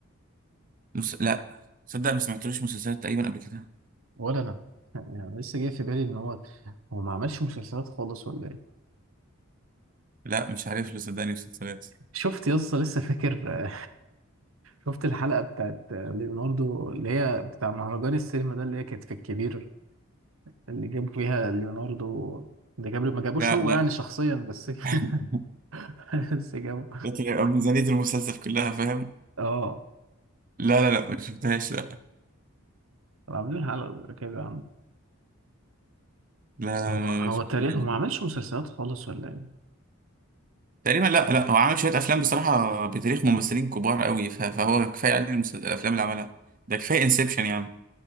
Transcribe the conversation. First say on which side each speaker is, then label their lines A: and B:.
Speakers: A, on the right; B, on the right.
A: مس... لا صدق ما سمعتلوش مسلسلات تقريبا قبل كده
B: ولا انا يعني لسه جاي في بالي ان هو هو ما عملش مسلسلات خالص ولا ايه
A: لا مش عارف له صدقني مسلسلات
B: شفت يا اسطى لسه فاكر <laughs> شفت الحلقه بتاعت ليوناردو اللي هي بتاع مهرجان السينما ده اللي هي كانت في الكبير اللي جابوا فيها ليوناردو ده جابري ما جابوش
A: لا
B: هو
A: لا
B: يعني شخصيا بس <laughs>
A: <laughs>
B: بس جابوا
A: لكن يبقى ميزانية المسلسل كلها فاهم
B: اه
A: لا لا لا ما شفتهاش لا
B: كانوا عاملين حلقه كده
A: لا لا
B: هو
A: لا،
B: هو
A: ما شفتهاش
B: تاريخ هو ما عملش مسلسلات خالص ولا ايه
A: تقريبا لا لا هو عامل شوية أفلام بصراحة بتاريخ ممثلين كبار قوي ف- فهو كفاية عليه المس- الأفلام اللي عملها ده كفاية انسبشن يعني